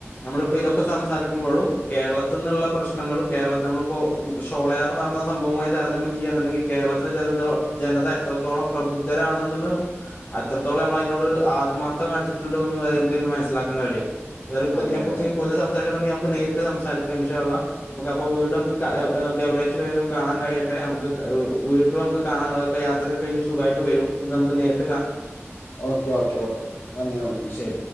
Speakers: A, on the left; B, on the left.
A: നമ്മളിപ്പോ ഇതൊക്കെ സംസാരിക്കുമ്പോഴും കേരളത്തിന്ന് ള്ള പ്രശ്നങ്ങൾ കേരളത്തിൽ നമ്മളിപ്പോ ഷോളയാർ എന്ന് പറഞ്ഞ സംഭവമായി താരതമ്യം ചെയ്യന്നുണ്ടെങ്കിൽ കേരളത്തിലെ ജന ജനത എത്രത്തോളം പ്രബുദ്ധരാണന്ന് ഉള്ള നമു അത്രത്തോളം നമ്മളായിനോട് ആത്മാർത്ഥം കാണിച്ചിട്ടുണ്ടോ നമുക്കതിന്നു മനസ്സിലാക്കാൻ കഴിയും ഏതായാലും ഇപ്പോ
B: അതെ
A: ഇതിനെക്കുറിച്ച്
B: അതെ അതെ
A: പുതിയ സംസാരം തുടങ്ങി, അപ്പോൾ നേരിട്ട് സംസാരിക്കാം ഇൻഷാ അല്ലാഹ് നമുക്ക് അപ്പൊ വീ <unintelligible> എവിടെച്ചും കാണാൻ കഴിയട്ടെ നമുക്ക് വീണ്ടും കാണാൻ യാത്രയൊക്കെ കഴിഞ്ഞു. സുഖമായിട്ട് വരും നമുക്ക് നേ
B: ഓക്കെ ഓക്കെ ഓക്കെ നന്ദി നന്ദി
A: ഓക്കെ ശരി